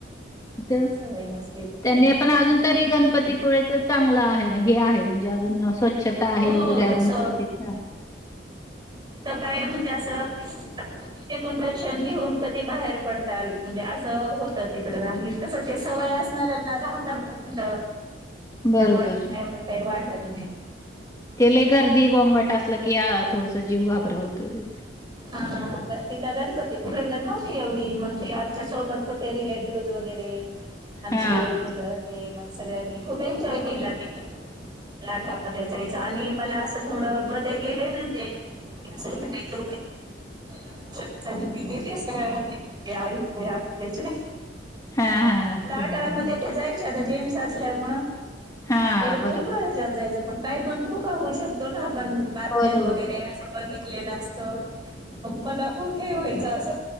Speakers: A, on the left; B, on the right.
A: तिथं
B: सवय नस
A: त्यांनी आपण अजून तरी गणपतीपुळेच चांगलं आहे हे आहे म्हणजे अजून स्वच्छता आहे
B: हो
A: री वगैरे अजून
B: तस
A: तर तिथं आहे. ह
B: तर काय म्हणजे असं <unintelligible> दर्शन घेऊन कधी बाहेर पडताल म्हणजे असं तं होतं तिकडे आणि कसं ते सवय असणारऱ्यांना राहता <unintelligible>
A: बरोबर.
B: त्या वाटना एवढं काही वाट <unintelligible>
A: ती लई गर्दी गोंगट असलं की आ थोडस जीव घाबर होतोय.
B: हा हा. तिथं गणपतीपुळेला नव्हती एवढी मग ते आमच्या सोबत होते रिलेटिव्हज वगैरे आमचे
A: हां.
B: मुलं ते मग सगळ्यांनी खूप एन्जॉय केला तिथं लाटामध्ये जायचं आणि मला असं थोडं मध्ये गेले ना ते असं वाटायच <unintelligible> फिल्लीेत सगळ्यांना इकडं या इकडं या करायचे.
A: हां, हां, हां.
B: लाटाळमध्ये
A: समुद्रामध्ये.
B: ते जायचे आता जेंट्स असल्यामुळं
A: हां,
B: ते
A: बरोबर.
B: खूप ह्याच्यात जायचं पण काही पण धोका होऊ शकतो ना पण बातम्यात
A: बरोबर.
B: वगैरे अस बघितलेलं असतं मग मला खूप हे व्हायचं असं